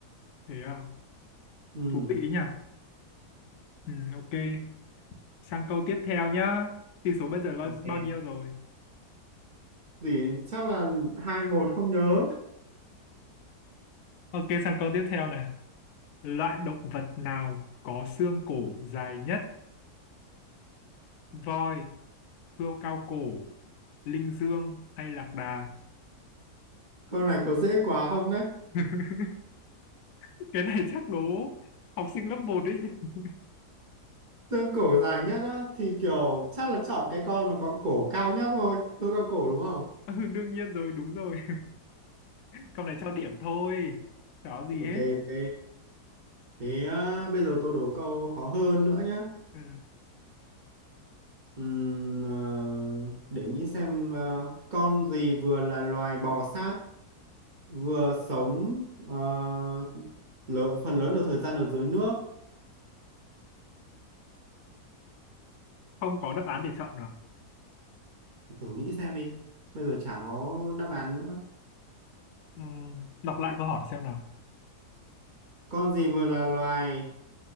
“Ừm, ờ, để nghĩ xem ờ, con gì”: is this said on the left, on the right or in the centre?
Right